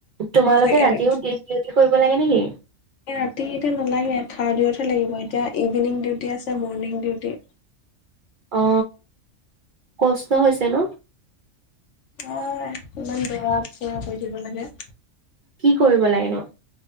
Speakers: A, on the right; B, on the left.
A: তোমালোকে
B: সঁচাকে
A: ৰাতিও
B: এটা
A: ডি ডিউটি কৰিব লাগে নেকি?
B: এই ৰাতি এতিয়া নালাগে, থাৰ্ডউতহে লাগিব, এতিয়া ইভিনিং ডিউটি আছে মৰ্ণিং ডিউটি।
A: অ কষ্ট হৈছে ন?
B: অ' ইমান দৌৰা ফুৰা কৰি থাকিব লাগে।
A: কি কৰিব লাগে নো?